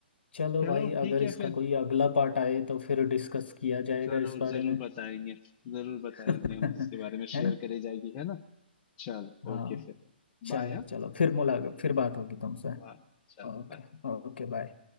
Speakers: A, on the left (about 70°); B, on the left (about 30°).
A: चलो
B: चलो
A: भाई
B: ठीक
A: अगर इसका
B: है फिर
A: कोई अगला पार्ट आए तो फिर डिस्कस किया जाएगा
B: जरूर
A: इस बारे
B: जरूर
A: में
B: बताएंगे जरूर
A: <laughs>
B: बताएंगे हम इसके बारे में
A: है
B: शेयर
A: ना
B: करी जाएगी है ना चलो
A: हाँ
B: ओके फिर
A: चलो
B: बाय हाँ
A: चलो फिर मुलाकात फिर बात होगी तुमसे
B: Bye, चलो
A: ओके
B: bye.
A: Okay bye